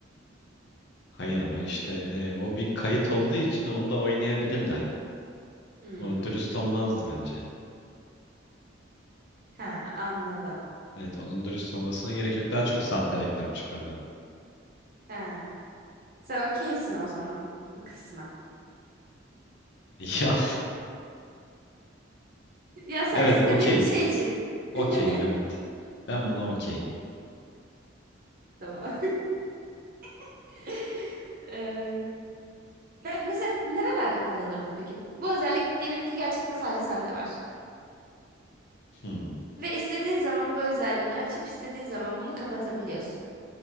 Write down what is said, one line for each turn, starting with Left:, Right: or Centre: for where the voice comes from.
Left: Hayır ama işte e, o bir kayıt olduğu için onda oynayabilirler.
Right: Hmm,
Left: O dürüst olmazdı bence.
Right: he anladım.
Left: Evet onun dürüst olmasına gerek yok. Daha çok sahte reklam çıkardı.
Right: He. Sen okeysin o zaman bu, bu kısma.
Left: <laughs> Ya
Right: Ya sen
Left: evet
Right: istediğin
Left: okeyim.
Right: bir şey için.
Left: Okeyim
Right: <laughs>
Left: evet. Ben buna okeyim.
Right: Tamam. <laughs> Ay. Ne- mesela nerelerde kullanırdın peki? Bu özellik diyelim ki gerçekten sadece sende var.
Left: Hmm.
Right: Ve istediğin zaman bu özelliğini açıp istediğin zaman bunu kapatabiliyorsun.